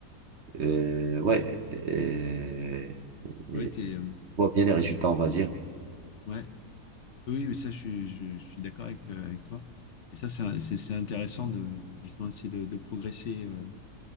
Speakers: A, on the right; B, on the left.
A: euh, ouais, euh, tu
B: ouais, t'es, euh,
A: vois bien les résultats, on va dire.
B: ouais. Oui, mais ça, je suis, je, je suis d'accord avec, euh, avec toi. Et ça, c'est un- c'est c'est intéressant de justement essayer de, de progresser, euh,